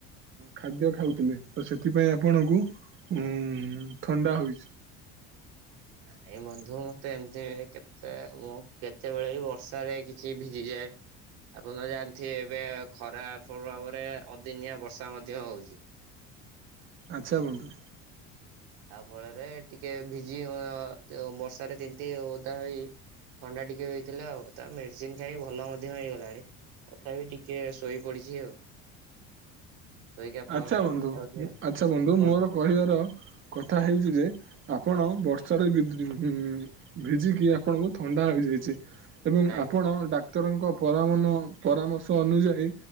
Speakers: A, on the right; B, on the right.
A: ଖାଦ୍ୟ ଖାଉଥିଲେ ତ ସେଥିପାଇଁ ଆପଣଙ୍କୁ ଉଁ ଥଣ୍ଡା ହେଇଛି।
B: ନାଇଁ ବନ୍ଧୁ ମତେ ଏମତି କେତେ ମୁଁ କେତେବେଳେ ବି ବର୍ଷାରେ କିଛି ଭିଜି ଭିଜିଯାଏ। ଆପଣ ତ ଜାଣିଥିବେ ଏବେ ଖରା ପ୍ରଭାବରେ ଅଦିନିଆ ବର୍ଷା ମଧ୍ୟ ହଉଛି।
A: ଆଚ୍ଛା ବନ୍ଧୁ।
B: ତା ଫଳରେ ଟିକେ ଭିଜି ବର୍ଷାରେ ତିନ୍ତି ଓଦା ହୋଇ ଥଣ୍ଡା ଟିକେ ହେଇଥିଲା ଆଉ ତା ମେଡିସିନ ଖାଇ ଭଲ ମଧ୍ୟ ହେଇଗଲାଣି। ତଥାପି ଟିକେ ଶୋଇ ପଡ଼ିଛି ଆଉ। ଶୋଇକି ଆପଣଙ୍କ
A: ଆଚ୍ଛା
B: ସହିତ
A: ବନ୍ଧୁ
B: କଥା ହଉଛି ଆଉ
A: ଆଚ୍ଛା ବନ୍ଧୁ
B: କୁହନ୍ତୁ
A: ମୋର
B: କୁହନ୍ତୁ
A: କହିବାର କଥା ହେଉଛି ଯେ ଆପଣ ବର୍ଷାରେ ଭିଜିକି ଆପଣଙ୍କୁ ଥଣ୍ଡା ହୋଇଯାଇଛି। ଏବଂ
B: ଆଜ୍ଞା।
A: ଆପଣ ଡାକ୍ତରଙ୍କ ପରାମନ ପରାମର୍ଶ ଅନୁଯାୟୀ